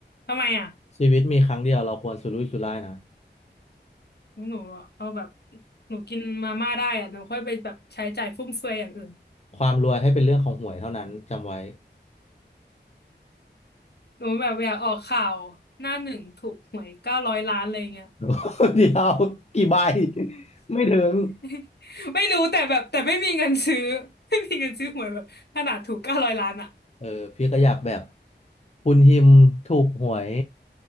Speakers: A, on the left; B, on the left.
A: ทำไมอะ
B: ชีวิตมีครั้งเดียวเราควรสุรุ่ยสุร่ายนะ
A: หนูเอาแบบหนูกินมาม่าได้อะหนูค่อยไปแบบใช้จ่ายฟุ่มเฟือยอย่างอื่น
B: ความรวยให้เป็นเรื่องของหวยเท่านั้นจำไว้
A: หนูแบบอยากออกข่าวหน้าหนึ่งถูกหวยเก้าร้อยล้านอะไรเงี้ย
B: <laughs> เดียวกี่ใบไม่ถึง
A: <laughs> ไม่รู้แต่แบบแต่ไม่มีเงินซื้อ <laughs> ไม่มีเงินซื้อหวยแบบขนาดถูกเก้าร้อยล้านอ่ะ
B: เออพี่ก็อยากแบบคุณฮิมถูกหวย